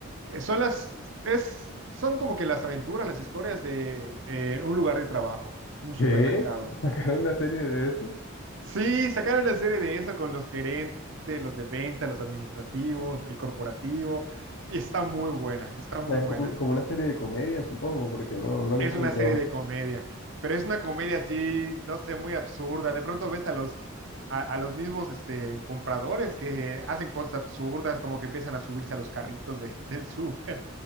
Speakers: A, on the right; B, on the left.
A: Eh, Son las, es, son como que las aventuras, las historias de eh, un lugar de trabajo, un
B: ¿Qué?
A: supermercado.
B: <laughs> Sacaron una serie de eso.
A: Sí, sacaron una serie de eso con los gerentes, los de venta, los administrativos, el corporativo. Y está muy buena, está
B: O
A: muy
B: sea, es
A: buena.
B: como, como una serie de comedia, supongo, porque no, no la
A: Es
B: encuentro.
A: una serie de comedia, pero es una comedia así, no sé, muy absurda. De pronto ves a los, a, a los mismos este, compradores que hacen cosas absurdas, como que empiezan a subirse a los carritos de- <laughs> del súper,